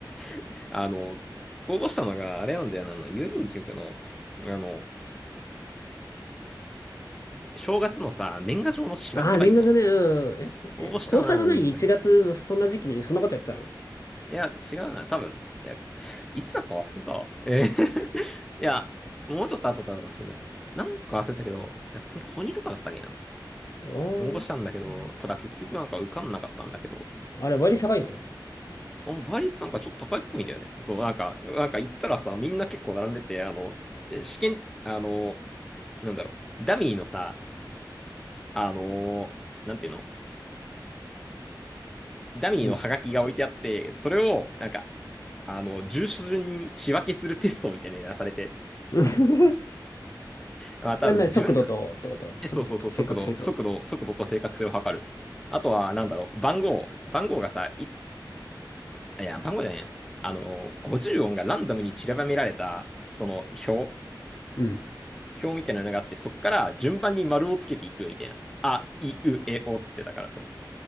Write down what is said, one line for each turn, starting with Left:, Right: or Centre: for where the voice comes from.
Centre: <laughs> あの、応募したのが、あれなんだよな、あの、郵便局の、あの、正月のさ、年賀状の仕分けバイト。
Left: ああ、年賀状ね、うん。え、だって、
Centre: 応募したんだけど
Left: 高3の何 ?1 月のそんな時期にそんなことやってたの
Centre: いや、違うな。多分、いや、いつだか忘れたわ。えー <laughs> いや、もうちょっと後だったかもしれない。なんか忘れたけど、いや、普通にコニーとかだったっけな。
Left: ああね。
Centre: 応募したんだけど、
Left: うん
Centre: ただ結局なんか受かんなかったんだけど、
Left: あれ、割り下がいの
Centre: あ、倍率なんかちょっと高いっぽいんだよね。そう、なんか、なんか行ったらさ、みんな結構並んでて、あの、え試験って、あの、なんだろう、ダミーのさ、あの、なんていうのダミーのハガキが置いてあって、
Left: うん。
Centre: それを、なんか、あの、住所順に仕分けするテストみたいなのやらされて、
Left: <laughs>
Centre: まあ多分自分
Left: やんない、速度と、ってこと速度と正確性と。
Centre: え、そうそうそう、速度、速度、速度と正確性を測る。あとは、なんだろう、番号。番号がさ、いち、あいや、番号じゃないや。あの、50音がランダムに散らばめられた、その表、
Left: うん。
Centre: 表みたいなのがあって、そっから順番に丸をつけていくみたいな。あ、い、う、え、おって、だからそう。